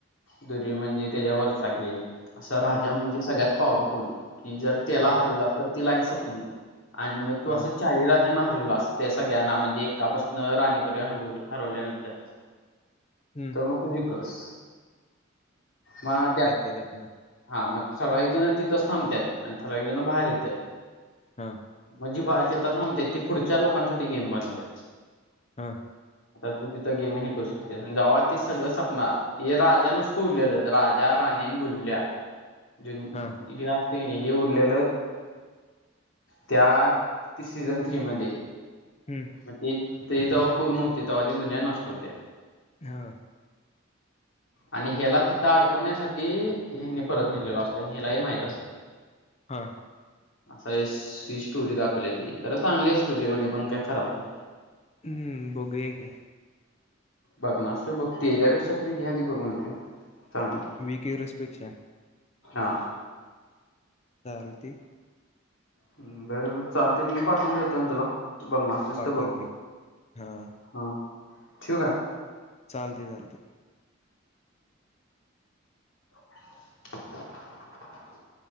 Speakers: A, on the left; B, on the left.
A: दुरी म्हणजे त्याच्यावरचा गेम असा राजा
B: हम्म
A: म्हणजे सगळ्यात पॉवरफुल,, कि जर त्याला
B: हा
A: हरवलं, तर ती लाईन संपली. आणि मग तू
B: हा
A: असं चाारी राजांना हरवलास,, ते सगळ्यांना म्हणजे एकापासन राणीपर्यत,, हरव हरवल्यानंतर का
B: हम्म
A: मग तु जिकलास,, म त्यात
B: तेात नं, <unintelligible>
A: हा, मग ठरावीक जण तिथंच थांबतात,, आणि ठराविक जण बाहेर येतात.
B: हा
A: म्हणजी तेथ थांबतेत, ती पुढच्या लोकांसाठी गेम बनवतात.
B: हा
A: आता तू तिथं गेम हे करू शकतेस, जव्हा ते सगळं सपणार हे राजा नुस्त उरलेल,, राजा, राणी न गुल्ल्या जि <unintelligible>
B: हा
A: हे असतय की नाही,, हे उरलेलं,, त्या ते सीझन थ्री मध्ये
B: हम्म
A: मग ते, ते जवा पूर्ण होते तवा ती दुनिया नष्ट होत्या.
B: हा.
A: आणि हे ला तिथं अडकवण्यासाठी, हयनी परत नेलेला असतय, आणि हयालाही माहित असतय.
B: हा
A: असा ए ही स्टोरी दाखवलीय ती, खरं चांगली ये स्टोरी, एवढी पण काय खराब नाय.
B: हम्म, बघुया की,
A: लग्नअष्टके बघते याच्यापेक्षा तरी हे आधी बघुन घेतंय चांगलंय.
B: विकेअरसपेक्षा,
A: हा.
B: चालते.
A: हम्म बरोबर. चालतय लिंक पाठवून देतो मी तुला, बघणार असलीस
B: पाठव
A: त बघ,
B: की हा
A: हं ठेवू काय?
B: चालतय, चालतय.
A: <inaudible>